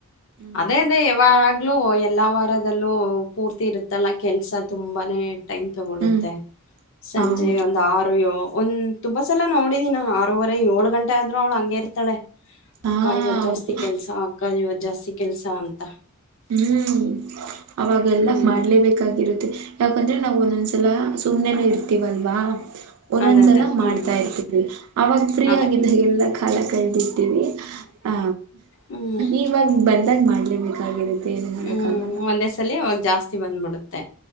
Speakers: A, on the right; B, on the left.
A: ಹ್ಮ್
B: ಅದೇ ಅದೇ ಯಾವಾಗ <unintelligible> ಎಲ್ಲಾ ವಾರದಲ್ಲೂ ಪೂರ್ತಿ ಇರುತ್ತಲ್ಲ ಕೆಲ್ಸ ತುಂಬಾನೇ ಟೈಮ್ ತಗೊಳ್ಳುತ್ತೆ
A: ಹ್ಮ್
B: ಸಂಜೆ
A: ಹೌದು
B: ಒಂದು ಆರು ಅಯ್ಯೋ ಒಂದ್ ತುಂಬಾ ಸಲ ನೋಡಿದೆನಿ ಆರೂವರೆ ಏಳು ಗಂಟೆ ಆದ್ರೂ ಅವ್ಳು ಹಂಗೆ ಇರ್ತಾಳೆ.
A: ಹಾ
B: ಅಕ್ಕ ಇವತ್ತು
A: ಹೌದು
B: ಜಾಸ್ತಿ ಕೆಲ್ಸ ಅಕ್ಕ ಇವತ್ ಜಾಸ್ತಿ ಕೆಲ್ಸ ಅಂತ.
A: ಹ್ಮ್ ಅವಾಗೆಲ್ಲ
B: ಹ್ಮ್
A: ಮಾಡ್ಲೇಬೇಕಾಗಿರುತ್ತೆ. ಯಾಕಂದರೆ ನಾವು ಒಂದೊಂದ್ ಸಲ ಸುಮ್ಮನೆ ಇರ್ತೀವಿ ಅಲ್ವಾ. ಒಂದೊಂದ್ಸಲ
B: ಅದೇ ಅದೇ
A: ಮಾಡ್ತಾ
B: ಹ್ಮ್
A: ಇರ್ತೀವಿ ಅವಾಗ ಫ್ರೀ
B: ಅದೇ
A: ಆಗಿದ್ದಾಗಲ್ಲ ಕಾಲ ಕಳ್ದಿರ್ತೀವಿ ಹ
B: ಹ್ಮ್
A: ಇವಾಗ ಬಂದಾಗ ಮಾಡ್ಲೇಬೇಕಾಗಿರುತ್ತೆ. ಏನು ಮಾಡಕ್ಕಾಗಲ್ಲ
B: ಹ್ಮ್ ಒಂದೇ ಸಲ ಅವಾಗ ಜಾಸ್ತಿ ಬಂದ್ಬಿಡುತ್ತೆ